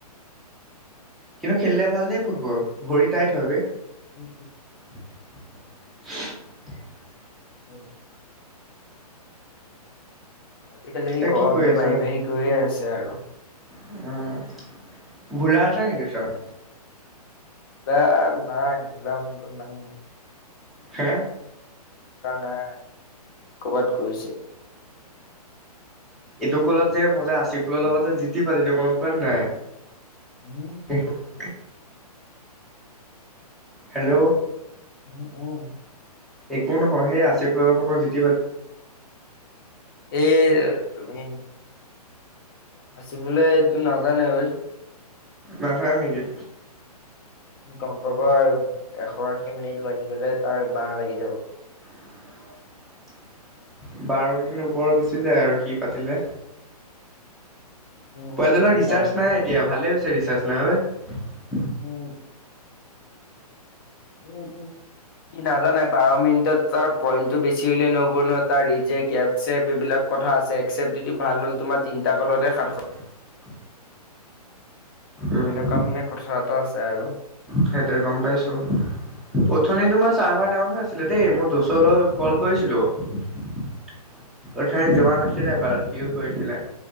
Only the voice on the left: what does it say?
উম,
উম, উম,
উম। আজিকালি এই
গৰমতটো
বাঢ়ি বাঢ়ি গৈয়ে আছে আৰু।
নাই ভাই ভোলা মানুহ টো নাই।
ভোলা নাই ক'বাত গৈছে।
উম
উম উম
এই তুমি নাচিবলৈ এইটো নাজানা ঐ
গম পাব আৰু এশ আশী মিনিট লাগি গলে তাৰ বাঁহ লাগি যাব
উম,
ভাল
ভাল।
উম উম উম সি নাজানে বাৰ মিনিটত তাৰ পইণ্টটো বেছি হ'লে নহ'ব ন তাৰ ৰিজেক্ট একচেক্ট এইবিলাক কথা আছে একচেপ্ত যদি ভাল হ'ল তোমাৰ তিনিটা কলতে সাতশ
এনেকুৱা মানে কথা এটা আছে আৰু